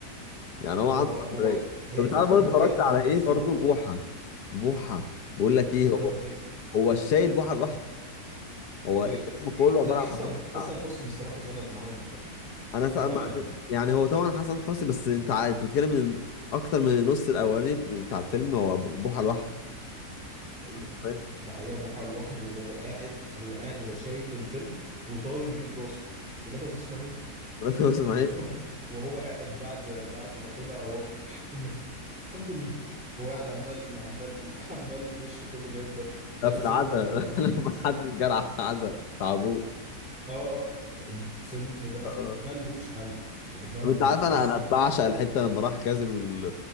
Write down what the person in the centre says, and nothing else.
هو
هو
هي
الفكرة
إن هو
يقدر
بس
هو
بوح
أنا بحب
ب...
ح-
لا حسن
حسن
حسني الصراحة زند معاه من ناحية تانية
بأمانة
حقيقة
ده حقيقة بوحة لوحده وهو قاعد هو قاعد هو شايل الفيلم وطاير بيه براسه ولاد أبو إسماعيل
<laughs> وهو قاعد بعد بعد ما طلع وهو بيقول الحمد لله الحمد لله هو قاعد عمال عمال عمال وشه كله جايب دم لا
الفيلم
ده رهيب
ملوش حل
اه اه الفيلم ده
م- ملهوش حل يعني فاهم
لما
تحس
انك